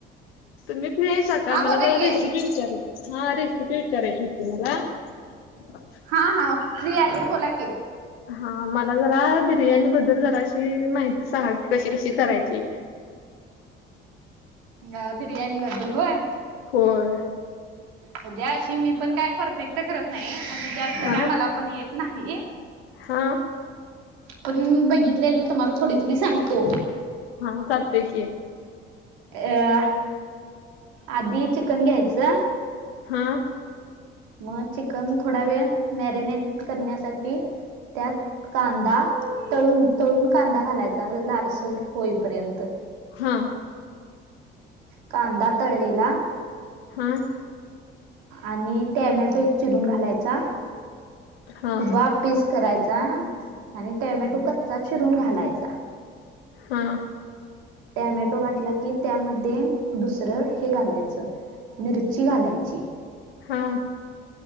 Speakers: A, on the left; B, on the right.
A: तुम्ही फ्री आहेसा का
B: हा बोला
A: मला जरा
B: की.
A: रेसिपी विचाराची हा रेसिपी विचारायची होती मला. <inaudible>
B: हा हा फ्री आहे बोला की.
A: हा मला जरा बिर्याणी बद्दल जराशी माहिती सांगा की कशी-कशी करायची.
B: हा बिर्यानी बद्दल होय.
A: होय.
B: म्हज्या अशी मी पण काय परफेक्ट करत नाही अशी जास्त
A: हा
B: काय मला पण येत नाही.
A: हा.
B: पण बघितलेले तुम्हाला थोडी-थोडी सांगतो.
A: हा करते क ये
B: या, आधी चिकन घ्यायचं
A: हा.
B: मग चिकन थोडा वेळ मॅरिनेट करण्यासाठी त्यात कांदा तळून, तळून कांदा घालायचा लालसर होईपर्यंत.
A: हा.
B: कांदा तळळेला.
A: हा.
B: आणि टॅमॅटो चिरून घालायचा,
A: हा
B: हुबा पीस करायचा आणि टोमॅटो कच्चाच चिरून घालायचा.
A: हा.
B: टॅमॅटो घातला की त्यामध्ये दुसरं हे घालायचं मिरची घालायची.
A: हां.